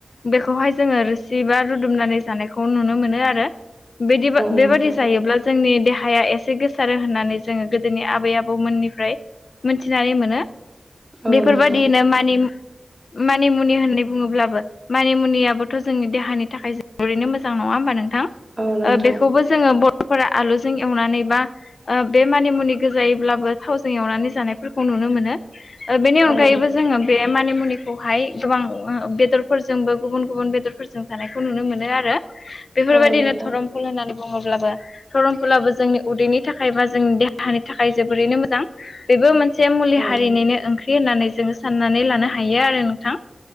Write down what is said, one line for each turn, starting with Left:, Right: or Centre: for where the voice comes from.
Left: बेखौहाय जोंङो रोसि बा रुदुमनानै जानायखौ नुनो मोनो आरो। बिदि
Right: नोंथां
Left: बेबादि जायोब्ला जोंनि देहाया एसे गोसारो होननानै जोंङो गोदोनि आबै आबौमोननिफ्राय मिथिनानै मोनो।
Right: औ
Left: बेफोरबादिनो
Right: नोंथां
Left: मानि मानिमुनि होननानै बुंङोब्लाबो मानि मुनियाबोथ' जोंनि देहानि थाखाय जोबोरैनो मोजां नंङा होमबा नोंथां?
Right: औ नोंथां
Left: बेखौबो जोंङो बर'फोरा आलुजों एवनानै बा ओ बे मानि मुनि गोजायैब्लाबो थावजों एवनानै जानायफोरखौ नुनो मोनो। बेनि अनगायैबो
Right: औ
Left: जोंङो बे मानि मुनिखौहाय गोबां बेदर फोरजोंबो गुबुन गुबुन बेदरफोरजों जानायखौ नुनो मोनो। आरो बेफोरबायदिनो
Right: औ नोंथां
Left: धरम <unintelligible> होननानै बुङोब्लाबो धरम फुलाबो जोंनि उदैनि थाखाय बा जोंनि देहानि थाखाय जोबोरैनो मोजां। बेबो मोनसे मुलि
Right: ओम
Left: हारिनिनो ओंख्रि होननानै जोङो साननानै लानो हायो आरो नोंथां।